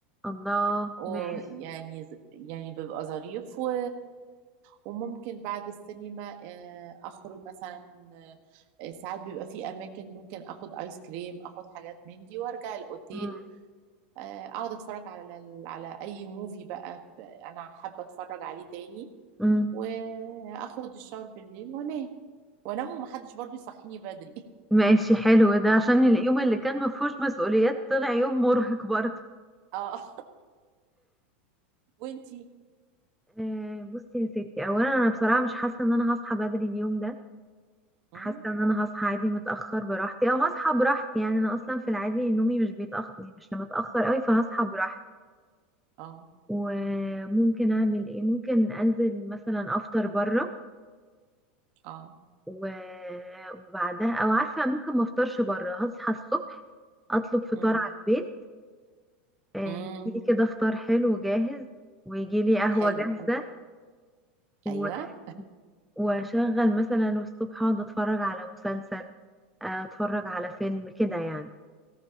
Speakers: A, in the centre; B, on the right.
A: الله
B: ويعني
A: ماشي
B: يعني بيبقى ظريف و... وممكن بعد السينما آه، اخرج مثلا آه، ساعات بيبقى في اماكن ممكن اخد ايس كريم اخد حاجات من دي وارجع الاوتيل
A: مم.
B: آه، اقعد اتفرج على ال- على اي موفي بقى ب- انا حابه اتفرج عليه تاني
A: مم.
B: واخد الشاور بالليل وانام وانام ومحدش برضو يصحيني بدري <laughs>
A: ماشي حلو ده عشان اليوم اللي كان مفهوش مسؤوليات طلع يوم مرهق برضه
B: اه وانتي
A: آه، بصي يا ستي اولا انا بصراحة مش حاسة ان انا هصحى بدري اليوم ده
B: مم،
A: حاسة ان انا هصحى عادي متأخر براحتي او هصحى براحتي يعني انا اصلا في العادي نومي مش بيتأخر مش متأخر قوي فهصحى براحتي
B: اه
A: وممكن اعمل ايه ممكن انزل مثلا افطر بره
B: اه
A: و- وبعدها او عارفه ممكن ما افطرش بره هصحى الصبح اطلب فطار
B: مم،
A: على البيت آه،
B: مم،
A: يجيلي كده فطار حلو جاهز ويجيلي قهوه
B: حلو
A: جاهزه
B: برضو
A: و-
B: ايوه
A: واشغل مثلا والصبح اقعد اتفرج على مسلسل آه، اتفرج على فيلم كده يعني